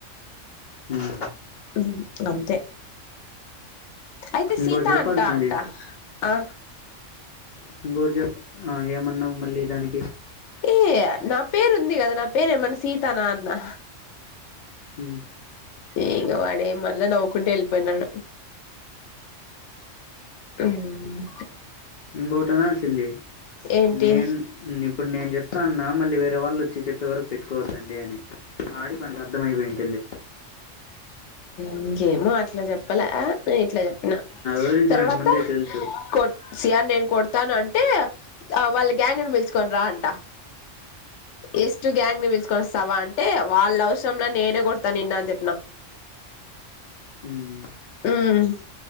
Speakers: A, on the left; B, on the left.
A: ఉమ్,
B: హ్ ఇంగా అంతే. అయితే
A: ఇంకోటి
B: సీత
A: చెప్పాల్సింది
B: అంటా అంట ఆ
A: ఇంగోటి చెప్ ఆ ఏమన్నవు మళ్ళీ దానికి
B: ఏయ్ నా పేరు ఉంది కదా. నా పేరు ఏమన్నా సీతనా అన్నా.
A: ఉమ్
B: ఇగ వాడే మళ్ళా, నవ్వుకుంటు వెళ్ళిపోయినాడు. మ్
A: ఇంగోటి అనాల్సింది.
B: ఏంటి
A: నేను నిప్ ఇప్పుడు నేను చెప్తా అన్నా మళ్ళీ వేరే వాళ్ళు వచ్చి చెప్పే వరకు పెట్టుకోవద్దండి అని. ఆడికి వానికి అర్థంమయిపోయింటుంది.
B: మ్ ఎమో, అట్లా చెప్పాలె. అ నే ఇట్లా నా
A: గురించి
B: తర్వాత
A: వానికి ముందే తెలుసు
B: కో సియార్ నేను కొడతాను అంటే, వాళ్ళ గ్యాంగని పి ల్చుకోని రా అంట ఎస్టు గ్యాంగ్పిలుచుకొని, వస్తవ అంటే, వాళ్ళ అవసరంలె నేనే కొ నిన్న అన్ని చెప్పిన,
A: మ్మ్
B: మ్